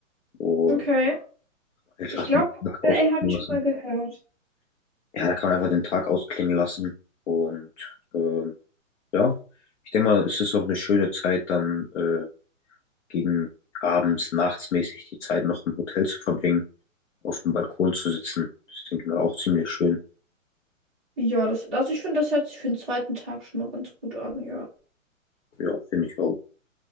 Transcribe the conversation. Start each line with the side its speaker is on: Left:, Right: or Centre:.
Left: Und
Centre: Okay.
Left: einfach
Centre: Ich glaube,
Left: den Tag
Centre: LA
Left: ausklingen
Centre: habe ich
Left: lassen.
Centre: schon mal gehört.
Left: Ja, da kann man einfach den Tag ausklingen lassen. Und ähm, ja, ich denke mal, es ist auch eine schöne Zeit, dann äh, gegen abends, nachts mäßig die Zeit noch im Hotel zu verbringen, auf dem Balkon zu sitzen. Das denke ich mal auch ziemlich schön.
Centre: Ja, das, also ich finde, das hört sich für den zweiten Tag schon mal ganz gut an, ja.
Left: Ja, finde ich auch.